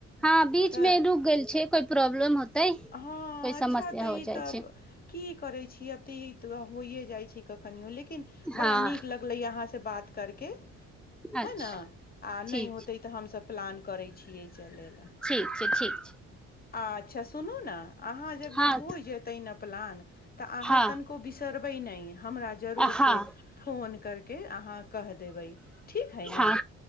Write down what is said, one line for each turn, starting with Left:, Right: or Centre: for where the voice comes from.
Centre: हँ बीच
Left: तऽ
Centre: मे रुक गेल छै कोइ प्रॉब्लम होतै हो
Left: हँ
Centre: कोइ
Left: अच्छा
Centre: समस्या
Left: तऽ ई
Centre: जाइ
Left: तऽ
Centre: छै
Left: की करै छीयै आब तऽ ई होइए जाइ छै कखनियो लेकिन
Centre: हँ
Left: बड़ा नीक लगले य अहाँ से बात करके
Centre: अच्छा
Left: है न आ
Centre: ठीक
Left: नहि होतै तऽ हमसभ प्लान करै छिय चलय ल
Centre: छै ठीक छै ठीक छै
Left: अच्छा सुनू न अहाँ जब जब
Centre: हँ
Left: होइ जेतै ना प्लान तऽ अहाँ
Centre: हँ
Left: तनिको बिसरबै नइ हमरा जरूर
Centre: हँ
Left: से फोन कर के अहाँ कहि देबै ठीक हइ न
Centre: हँ